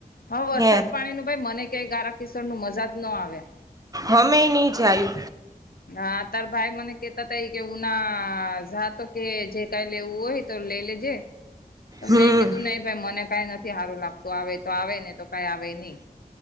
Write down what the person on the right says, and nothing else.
હે
હમે નહીં જાયુ.
હમ